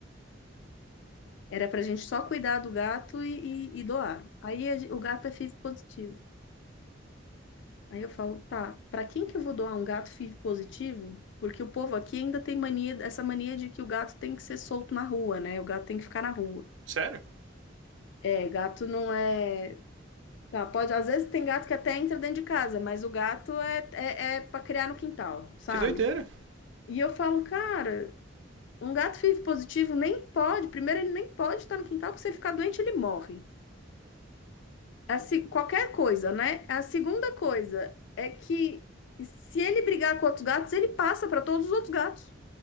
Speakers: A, on the left (about 65°); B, on the right (about 70°).
A: Era pra gente só cuidar do gato e, e- e doar. Aí a gen- o gato é FIV positivo. Aí eu falo, tá, pra quem que eu vou doar um gato FIV positivo? Porque o povo aqui ainda tem mania, essa mania de que o gato tem que ser solto na rua, né? O gato tem que ficar na rua.
B: Sério?
A: É, gato não é. Tá, pode, às vezes tem gato que até entra dentro de casa, mas o gato é, é, é para criar no quintal, sabe?
B: Que doideira.
A: E eu falo, cara. Um gato FIV positivo nem pode, primeiro, ele nem pode estar no quintal, porque se ele ficar doente, ele morre. A se- qualquer coisa, né? A segunda coisa é que se ele brigar com outros gatos, ele passa para todos os outros gatos.